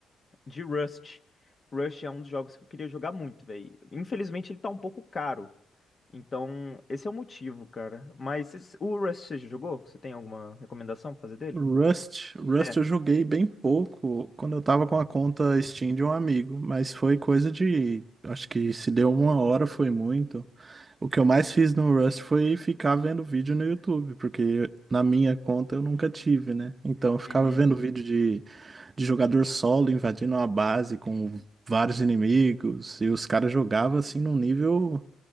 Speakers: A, on the left; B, on the right.
A: de Rust. Rust é um dos jogos que eu queria jogar muito, velho. Infelizmente ele tá um pouco caro. Então, esse é o motivo, cara. Mas esse- o Rust você já jogou? Você tem alguma recomendação pra fazer dele?
B: Rust, Rust
A: É.
B: eu joguei bem pouco quando eu tava com a conta Steam de um amigo, mas foi coisa de, acho que se deu uma hora foi muito. O que eu mais fiz no Rust foi ficar vendo vídeo no YouTube, porque na minha conta eu nunca tive, né? Então eu ficava
A: Uhum.
B: vendo vídeo de, de jogador solo invadindo uma base com vários inimigos, e os caras jogavam assim num nível